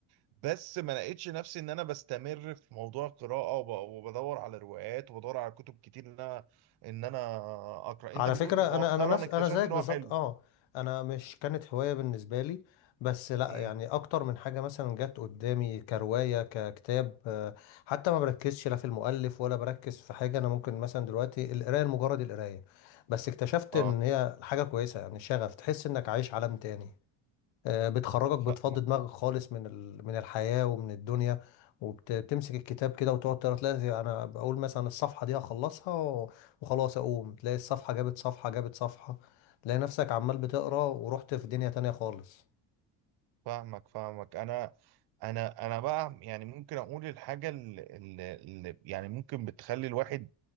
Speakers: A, on the right (about 60°); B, on the left (about 80°).
A: بس ما لقيتش نفسي ان انا بستمر في موضوع القراءة وب- وبدور على روايات وبدور على كتب كتير ان انا ان انا اقرا
B: على
A: انت بتقول
B: فكرة
A: مؤخرا
B: أنا أنا نفس
A: اكتشفت
B: أنا زيك
A: ان
B: بالظبط
A: هو حلو
B: أه أنا مش كانت هواية بالنسبة لي بس لأ
A: امم
B: يعني أكتر من حاجة مثلا جت قدامي كرواية ككتاب آه، حتى ما بركزش لا في المؤلف ولا بركز في حاجة أنا ممكن مثلا دلوقتي القراية لمجرد القراية بس اكتشفت
A: اه
B: إن هي حاجة كويسة يعني شغف تحس إنك عايش عالم تاني آه، بتخرجك بتفضي
A: فاهمك
B: دماغك خالص من ال... من الحياة ومن الدنيا وبتمسك الكتاب كده وتقعد تقرا تلاقي انا بقول مثلا الصفحة دي هخلصها و... وخلاص اقوم تلاقي الصفحة جابت صفحة جابت صفحة تلاقي نفسك عمال بتقرا ورحت في دنيا تانية خالص
A: فاهمك فاهمك انا انا انا بقى يعني ممكن اقول الحاجة اللي, اللي يعني ممكن بتخلي الواحد